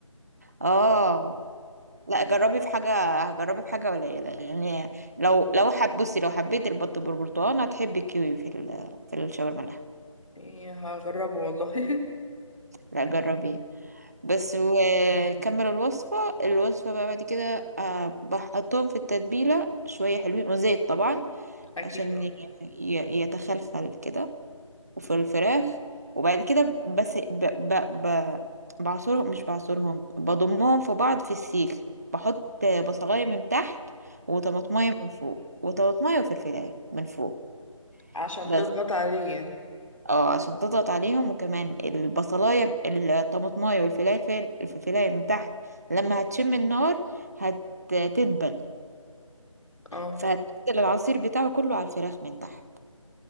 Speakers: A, on the right (about 30°); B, on the left (about 70°).
A: اه لا جربي في حاجة جربي في حاجة قليلة يعني لو لو حب بصي لو حبيت البط بالبرتقال هتحبي الكيوي في ال... في الشاورما اللحم
B: يعني هجربه والله <laughs>
A: لا جربيه بس وكمل الوصفة الوصفة بقى بعد كده آه، بحطهم في التتبيلة شوية حلوين وزيت طبعا
B: اكيد
A: عشان ي- ي- يتخلخل كده وفي الفراخ وبعد كده بس ب... ب... ب... بعصرهم مش بعصرهم بضمهم في بعض في السيخ بحط بصلاية من تحت وطماطمية من فوق وطماطمية وفلفلاية من فوق
B: عشان
A: بس
B: تضغط عليه
A: اه عشان تضغط عليهم وكمان البصلاية الطماطماية والفلفلاية الفلفلاية من تحت لما هتشم النار هتدبل
B: اه
A: فهتنزل العصير بتاعه كله على الفراخ من تحت